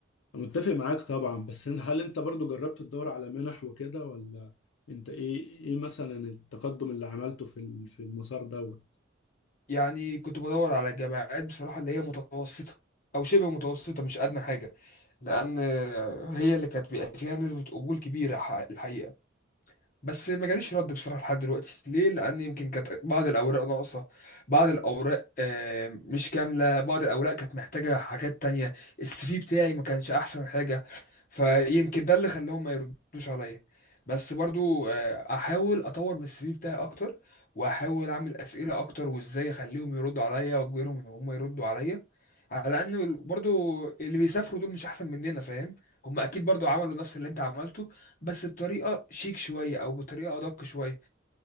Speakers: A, on the left; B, on the left.
A: أنا متفق معاك طبعا بس إن- هل انت برضو جربت تدور على منح وكده ولا انت ايه ايه مثلا التقدم اللي عملته في ال- في المسار دوت
B: يعني كنت بدور على جامعات بصراحة اللي هي متوسطة أو شبه متوسطة مش أدنى حاجة لأن هي اللي كانت بيبقى فيها نسبة قبول كبيرة ح- الحقيقة بس ما جاليش رد بصراحه لحد دلوقتي ليه لان يمكن كانت بعض الاوراق ناقصه بعض الاوراق آه، مش كامله بعض الاوراق كانت محتاجه حاجات تانية السي في بتاعي ما كانش احسن حاجه فيمكن ده اللي خلاهم ما يردوش عليا بس برضو آه، احاول اطور من السي في بتاعي اكتر واحاول اعمل اسئله اكتر وازاي اخليهم يردوا عليا واجبرهم ان هم يردوا عليا على ان برضو اللي بيسافروا دول مش احسن مننا فاهم هم اكيد برضو عملوا نفس اللي انت عملته بس بطريقه شيك شويه او بطريقه ادق شويه